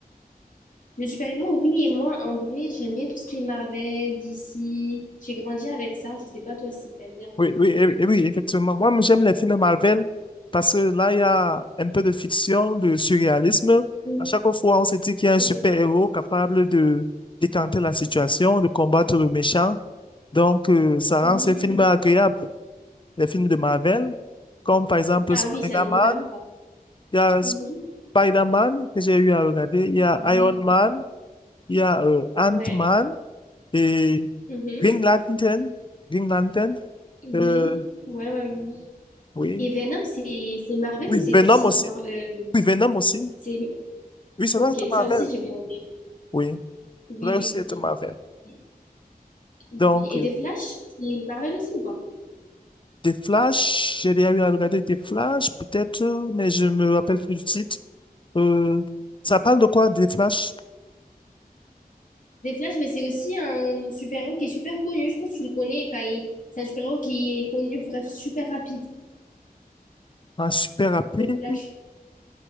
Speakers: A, on the left; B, on the left.
A: le super-héros, oui, et moi, en vrai, j'aime bien tout ce qui est Marvel, DC. J'ai grandi avec ça. Je sais pas toi si t'aimes bien.
B: Oui, oui, eh- oui, eh oui, effectivement. Moi, j'aime les films de Marvel parce que là, il y a un peu de fiction, de surréalisme.
A: Oui,
B: À chaque fois, on se dit qu'il y a un
A: oui,
B: super-héros capable de décanter la situation, de combattre le méchant. Donc, euh, ça
A: oui,
B: rend ces films agréables. Les films de Marvel, comme par exemple
A: Ah
B: Spider-Man,
A: oui, c'est un univers à part.
B: il y a
A: Mhm.
B: Spider-Man que j'ai eu à regarder, il y a
A: oui,
B: Iron Man, il y a euh, Ant-Man
A: Ouais.
B: et
A: Mhm.
B: Green Lantern. Green Lantern.
A: oui.
B: Euh,
A: Ouais, ouais, ouais.
B: oui,
A: Et Venom, c'est c'est Marvel
B: Oui,
A: ou c'est
B: Venom
A: DC?
B: aussi.
A: Mar- euh,
B: Oui, Venom aussi.
A: c'est
B: Oui, ça
A: ok,
B: doit être Marvel.
A: ça aussi j'ai bien aimé.
B: Oui,
A: Oui,
B: ça doit
A: oui,
B: aussi être
A: oui,
B: Marvel.
A: oui. Oui.
B: Donc,
A: Et
B: euh,
A: des Flash, c'est Marvel aussi ou pas?
B: des Flash, j'ai déjà eu à regarder des Flash, peut-être, euh, mais je me rappelle plus du titre. Euh, ça parle de quoi, des Flash?
A: Des Flash, mais c'est aussi un super-héros qui est super connu. Je pense que tu le connais quand il... C'est un super-héros qui est connu pour être super rapide,
B: Ah, super rapide.
A: de Flash.